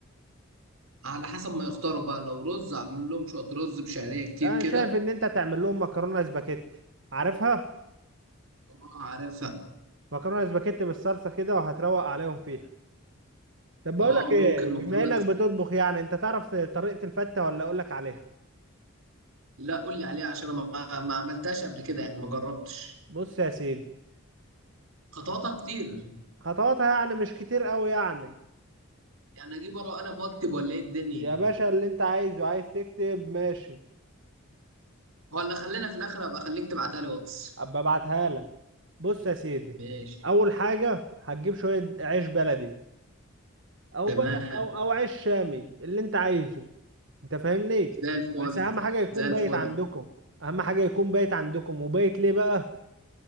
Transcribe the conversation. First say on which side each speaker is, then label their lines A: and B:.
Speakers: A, on the right (about 75°); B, on the right (about 60°).
A: على حسب ما يختاروا بقى لو رز اعمل لهم شويه رز بشعريه كتير
B: انا
A: كده
B: شايف ان انت هتعمل لهم مكرونه سباكيتي عارفها
A: اه عارفها
B: مكرونه سباكيتي بالصلصه كده وهتروق عليهم فيها طب بقول
A: اه
B: لك ايه
A: ممكن
B: بما
A: مكرونه
B: انك
A: س-
B: بتطبخ يعني انت تعرف طريقه الفته ولا اقول لك عليها
A: لا قول لي عليها عشان انا ما ما عملتهاش قبل كده يعني ما جربتش
B: بص يا سيدي
A: خطواتها كتير
B: خطواتها يعني مش كتير قوي يعني
A: يعني اجيب ورقه وقلم واكتب ولا ايه الدنيا
B: يا باشا اللي انت عايزه عايز تكتب ماشي
A: ولا خلينا في الاخر ابقى اخليك تبعتها لي واتس
B: ابقى ابعتها لك بص يا سيدي
A: ماشي
B: اول حاجه هتجيب شويه عيش بلدي او
A: تمام
B: بقى او او عيش شامي اللي انت عايزه انت فاهمني
A: زي الفل
B: بس اهم حاجه يكون
A: زي الفل
B: بايت عندكم اهم حاجه يكون بايت عندكم وبايت ليه بقى